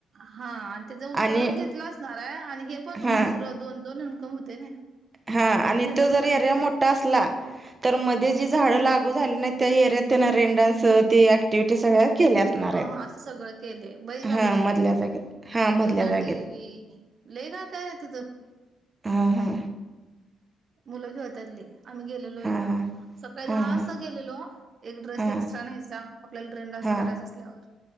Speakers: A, on the right; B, on the right.
A: हा आणि त्याच उत्पादन
B: आणि
A: घेतलं असणार आहे, आणि हे पण
B: हां,
A: दुसरं दोन दोन इनकम हो ते ना
B: हा आणि
A: फेमस
B: तो जर
A: पण
B: एरिया
A: होते
B: मोठा असला तर मध्ये
A: हम्म
B: जी झाडं लागू झाली नाहीत त्या एरियात त्यानं रेन डान्स ते ऍक्टिव्हिटी सगळ्या केल्या असणार आहेत.
A: हा असं सगळं केले बैलगाडी
B: हां,
A: हाय
B: मधल्या जागेत. हां, मधल्या
A: जुना
B: जागेत.
A: टी वी लय काय काय आहे तिथ त
B: हा हा
A: मुलं खेळतात लय आम्ही गेलेलो
B: हां,
A: एकदा सकाळी
B: हां,
A: दहा वाजता गेलेलो. एक ड्रेस
B: हां,
A: एक्स्ट्रा न्यायचा आपल्याला ड्रेन डान्स
B: हां,
A: करायचा असल्यावर.